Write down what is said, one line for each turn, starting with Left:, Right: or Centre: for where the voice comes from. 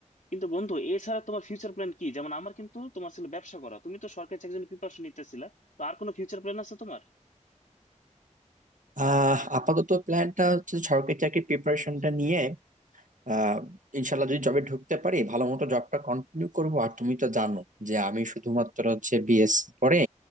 Left: কিন্তু বন্ধু এছাড়া তোমার ফিউচার প্ল্যান কি যেমন আমার কিন্তু তোমার ছিল ব্যবসা করা তুমি তো সরকারি চাকরির জন্য প্রিপারেশন নিতেছিলা তো আর কোনো ফিউচার প্ল্যান আছে তোমার
Right: আহ আপাতত প্ল্যানটা হচ্ছে সরকারি চাকরির প্রিপারেশনটা নিয়ে আহ ইনশাল্লাহ যদি জবে ঢুকতে পারি ভালো মতো জবটা কন্টিনিউ করবো আর তুমি তো জানো যে আমি শুধুমাত্র হচ্ছে বিএসসি পরে